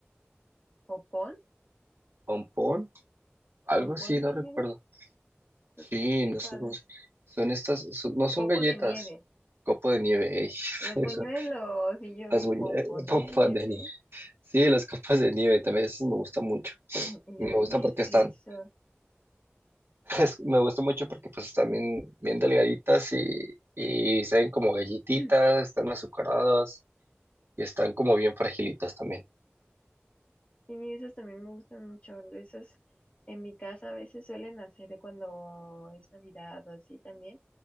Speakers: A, on the left (about 30°); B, on the right (about 65°).
A: ¿Popón?
B: pompón, algo
A: ¿Pompón
B: así,
A: de
B: no recuerdo.
A: nieve? Creo
B: Sí,
A: que no sé
B: no
A: cuál
B: sé cómo
A: es.
B: se- Son estas, son- no son
A: Copo
B: galletas,
A: de nieve,
B: copo de nieve, ey.
A: los
B: <laughs>
A: buñuelos. Y yo
B: Las
A: vi
B: buñ-
A: pompón
B: eh, <laughs>
A: de nieve.
B: pompas de nieve. Sí, las copas de nieve también esas me gustan mucho.
A: <clears throat> Y
B: Me
A: yo vi,
B: gustan
A: ¿qué
B: porque
A: es
B: están,
A: eso?
B: <laughs> es- me gusta mucho porque pues están bien, bien delgaditas y, y se ven como galletitas,
A: <clears throat>
B: están azucaradas y están como bien fragilitas también.
A: Y esos también me gustan mucho. Esos en mi casa a veces suelen hacer de cuando es Navidad o así también.